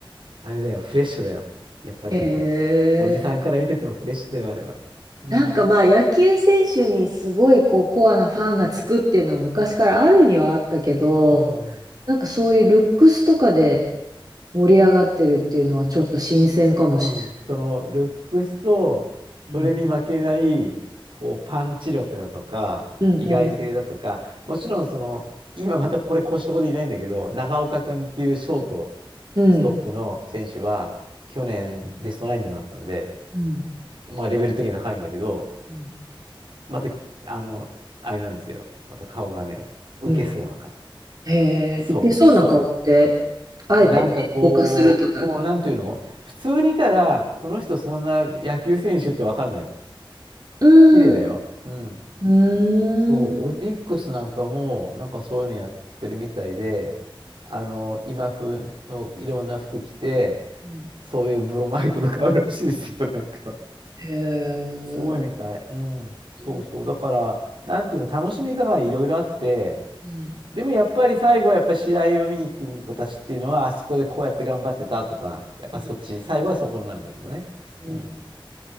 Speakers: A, on the right (about 65°); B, on the right (about 45°).
A: あれだよ、フレッシュだよ。やっぱり、
B: へ
A: おじさんから見ててもフレッシュだよ、
B: え。
A: あれは。うん、
B: なんかまあ野球選手にすごいこうコアなファンがつくっていうのは昔からあるにはあったけど、
A: うん、
B: なんかそういうルックスとかで盛り上がってるっていうのはちょっと新鮮かもしれ
A: うん。その、ルックスと、
B: ない。
A: それに負けない、
B: うん。
A: こう、パンチ力だとか、
B: うんうん
A: 意外性だとか、もちろん、その、今またこれ故障でいないんだけど、長岡くんっていうショート、
B: うん
A: ストップの選手は、去年ベストナインにもなったんで、
B: う
A: まあレベル的には高いんだけど、
B: ん
A: また、あの、あれなんですよ。また顔がね、受けそうな顔。
B: うん。へえ、
A: そう、
B: ウケそうな顔って、
A: そ
B: あえてぼかするとなる。
A: う。なんかこう、こう、なんていうの普通にいたら、この人そんな野球選手ってわかんない。
B: うん。
A: 綺麗だよ。
B: う
A: うん。
B: ーん。
A: そう、オリックスなんかも、なんかそういうのやってるみたいで、あの、今風のいろんな服着て、
B: うん。
A: そういうブロマイドとかあるらしいですよ、なんか。
B: へえ。う
A: すごいみたい。うん。そうそう。
B: ん。
A: だから、なんていうの、楽しみ方がいろいろあって、
B: うん。
A: でもやっぱり最後はやっぱり試合を見に来る子たちっていうのは、あそこでこうやって頑張ってたとか、やっぱそっち、
B: うん
A: 最後はそこになるんだけどね。
B: うん
A: うん。